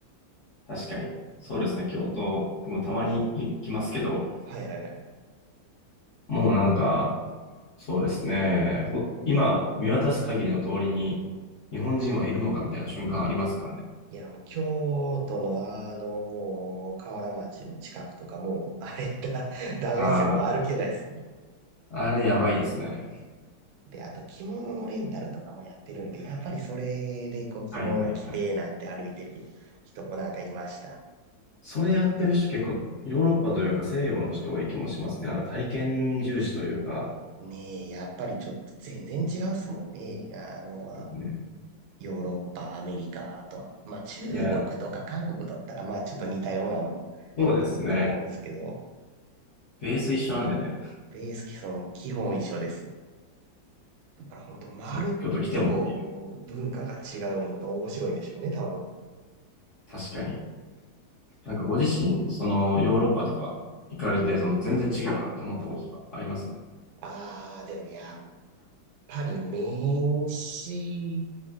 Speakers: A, on the left; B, on the right.
A: 確かに。そうですね。
B: あの、
A: 京都、僕もたまに行きますけど、
B: はいはいはい。
A: もうなんか、そうですね。ほ今、見渡す限りの通りに、日本人はいるのかみたいな瞬間ありますからね。
B: いや、もう京都のあの、もう、河原町の近くとかもう、あれだ、<laughs> ダメですよ。
A: ああ、
B: もう歩けないですよ。
A: あれやばいですね。
B: で、あと着物のレンタルとかもやってるんで、やっぱりそれでこう着物着てなんて歩いてる人もなんかいました。
A: はいはいはい。それやってる人結構、ヨーロッパというか西洋の人多い気もしますね。なんか体験重視というか、
B: ねえ、やっぱりちょっと全然違うっすもんね。あの、
A: うん
B: ヨーロッパ、アメリカ、あとは、まあ中国とか韓国だったら、
A: いや、
B: まあちょっと似たようなのあると思うんですけど、
A: そうですね。ベース一緒なんでね。
B: ベース基本、基本一緒です。だから本当まるっとこう、
A: そう、京都来てもっていう。
B: 文化が違うのが面白いんでしょうね、多分。
A: 確かに。なんかご自身、そのヨーロッパとか行かれて、その全然違うなと思ったことがあります
B: ああ、でもやっぱり名詞